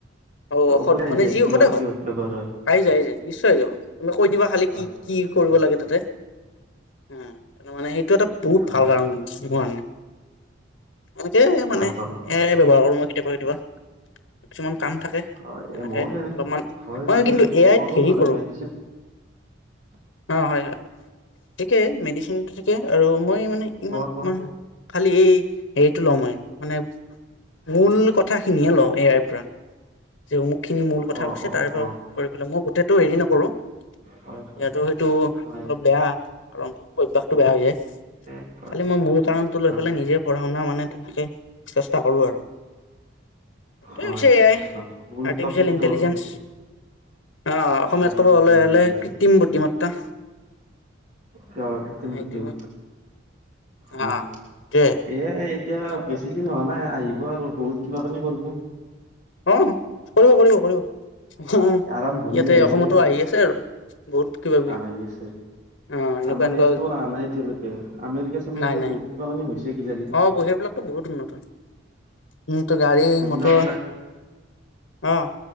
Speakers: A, on the left; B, on the right.
A: অ', ঔষধ
B: অকলে আহিছে।
A: মানে যি
B: কিহত
A: ঔষধে হওক
B: কিহত বেপাৰ হয়।
A: আহি যায়। আহি যায়। নিশ্চয় আহি যাব। তুমি কৈ দিবা খালি
B: হয়
A: কি কি? কৰিব
B: হয়
A: লাগে। তাতে হ তাৰ মানে সেইটো এটা বহুত
B: হয়
A: ভাল কাৰণ মোৰ কাৰণে এনেকে মানে
B: ভাল
A: এ
B: কাৰণ হয়
A: ব্যৱহাৰ কৰোঁ। মই কেতিয়াবা কেতিয়াবা কিছুমান কাম থাকে।
B: হয়
A: তেনেকে
B: এ ময়ো তেনে
A: অলপমান
B: হয়
A: মই
B: তেনেকে
A: কিন্তু এ আইত
B: কৰো
A: হেৰি
B: মানে
A: কৰোঁ।
B: মেডিচিন <inaudible>
A: অ', হয়। হয়। থিকে মেডিচিন থিকে আৰু মই মানে ইমান
B: কোৱা কোৱা
A: খালি এই হেৰিটো লওঁ। মই মানে মূল কথা খিনিয়ে লওঁ এ আই পৰা যে অমুকখিনি মূলকথা
B: অ
A: কৈছে।
B: অ
A: তাৰে পৰা
B: অ
A: কৰি পেলাই মই গোটেইটো হেৰি নকৰোঁ। যিহেতু
B: হয় হয়
A: সেইটো অলপ
B: হয়
A: বেয়া কাৰণটো অভয়াসটো বেয়া হৈ যায়।
B: দে, হয়
A: খালি মই মূল কাৰণটো
B: হয়
A: লৈ পেলাই নিজে পঢ়া শুনা মানে তেনেকে চেষ্টা কৰোঁ আৰু ত,
B: হয়
A: পছেয়াই
B: হয় মূল
A: আৰ্টিফিচিয়েল
B: টপিকটো
A: ইণ্টেলিজেন্ঞ্চ
B: আৰু
A: আহ', অসমীয়াত
B: আৰ্টিফিচিয়েল
A: ক'ব হ'লে হ'লে
B: ইন্টেলিজেন্স
A: কৃত্ৰিম বুদ্ধিমত্তা
B: ক, কিতিম
A: সেইটো
B: বৃদ্ধিম হয়।
A: অ সেইটোৱে
B: এ এতিয়া বেছি
A: বাকী
B: দিন হয়। নাই আহিব আৰু বহুত কিবা কিনি কৰিব।
A: অ', কৰিব কৰিব কৰিব অ',
B: আৰম্ভণিহে
A: ইয়াতে
B: এতিয়া
A: অসমতো আহি আছে আৰু। বহুত কিবা কিবি
B: আহি আছে।
A: অ এনেকুৱা
B: আমাৰ
A: এনেকুৱা
B: ইয়াতো অহা নাই এতিয়ালৈকে, আমেৰিকা চামেৰিকা
A: নাই নাই
B: বহুত কিবা কানি হৈছে কিজানি।
A: অ', ব-সেইবিলাকতো বহুত উন্নত। উম, গাড়ী
B: এইবিলাকত
A: মটৰ অ'।